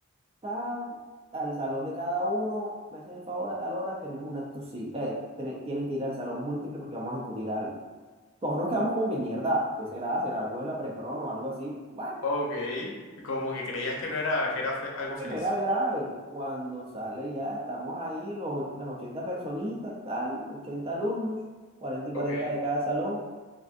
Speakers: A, on the right (about 30°); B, on the left (about 70°).
A: tan, al salón de cada uno, me hacen el favor a tal hora, tenemos un acto, sí, eh, tienen que ir al salón múltiple porque vamos a discutir algo. Todos nos quedamos como que mierda, ¿qué será? ¿Será algo de la prepron o algo así? Bueno,
B: Ok, Como que creías que no era, que era fe- algo
A: que
B: feliz.
A: no era grave. Cuando sale ya, estamos ahí, los, och- las 80 personitas, tal, 80 alumnos, 40 y 40
B: ok.
A: de cada salón,